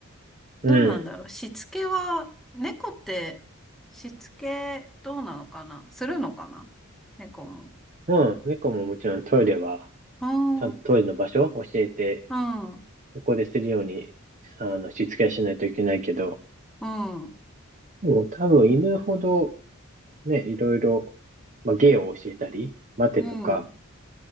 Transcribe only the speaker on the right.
うん。
うん、猫ももちろんトイレは、
ちゃんとトイレの場所を教えて、
そこでするように、あの、しつけはしないといけないけど、
もう多分犬ほど、ね、いろいろ、まあ、芸を教えたり、待てとか、